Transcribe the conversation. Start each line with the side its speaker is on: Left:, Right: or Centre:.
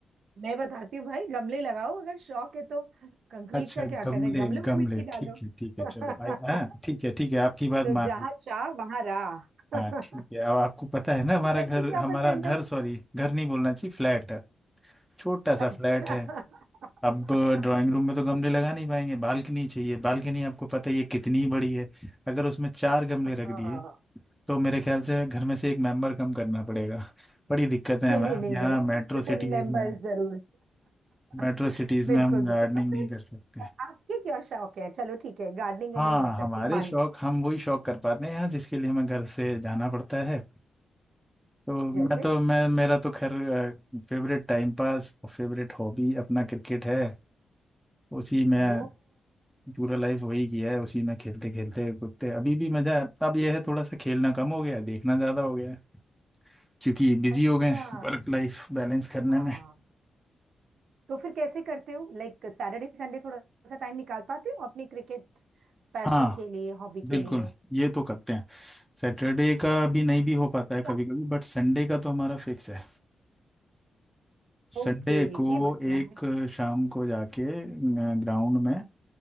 Right: मैं बताती हूँ भाई गमले लगाओ अगर शौक है तो कंक्रीट
Centre: अच्छा
Right: का क्या
Centre: गमले
Right: करना है गमलों में
Centre: गमले
Right: मिट्टी डालो
Centre: ठीक है ठीक है
Right: <laughs>
Centre: चलो आई हाँ ठीक है ठीक है आपकी बात
Right: तो
Centre: मान
Right: जहाँ
Centre: ली
Right: चाह वहां राह <laughs>
Centre: हाँ ठीक है अब आपको पता है ना
Right: तो
Centre: हमारा
Right: वैसे
Centre: घर
Right: क्या
Centre: हमारा
Right: पसंद
Centre: घर
Right: है
Centre: सॉरी घर नहीं बोलना चाहिए फ्लैट है छोटा सा
Right: अच्छा
Centre: फ्लैट है
Right: <laughs>
Centre: अब ड्राइंग रूम में तो गमले लगा नहीं पाएंगे बालकनी चाहिए बालकनी आपको पता ही है कितनी बड़ी है अगर उसमें चार गमले रख
Right: हाँ
Centre: दिए तो मेरे ख्याल से घर में से एक मेंबर कम करना पड़ेगा बड़ी दिक्कत है
Right: नहीं
Centre: मैम
Right: नहीं नहीं
Centre: यहाँ
Right: भाई
Centre: मेट्रो सिटीज
Right: <laughs> मेंबर्स
Centre: में
Right: जरूर
Centre: मेट्रो
Right: <laughs>
Centre: सिटीज
Right: बिल्कुल
Centre: में हम
Right: बिल्कुल
Centre: गार्डनिंग
Right: तो फिर
Centre: नहीं कर सकते
Right: आपके क्या शौक है चलो ठीक है गार्डनिंग
Centre: हाँ
Right: नहीं हो सकती
Centre: हमारे
Right: मान
Centre: शौक
Right: गए
Centre: हम वही शौक कर पाते हैं जिसके लिए हमें घर से जाना पड़ता है तो
Right: जैसे
Centre: मैं तो मैं मेरा तो खैर फेवरेट टाइम पास और फेवरेट हॉबी अपना क्रिकेट है उसी में
Right: ओ
Centre: पूरा लाइफ वही किया है उसी में खेलते खेलते कूदते अभी भी मजा है अब यह है थोड़ा सा खेलना कम हो गया है देखना ज्यादा हो गया है क्योंकि बिजी
Right: अच्छा
Centre: हो गए वर्क लाइफ बैलेंस करने
Right: हाँ
Centre: में
Right: तो फिर कैसे करते हो लाइक सैटरडे संडे थोड़ा सा टाइम निकाल पाते हो अपनी क्रिकेट पैशन
Centre: हाँ
Right: के लिए हॉबी
Centre: बिल्कुल
Right: के लिए
Centre: ये तो करते हैं सैटरडे का भी नहीं भी हो पाता है
Right: या-
Centre: कभी कभी बट संडे का तो हमारा फिक्स है संडे
Right: ओके
Centre: को
Right: ये बढ़िया
Centre: एक
Right: है
Centre: शाम को जाके ग्राउंड में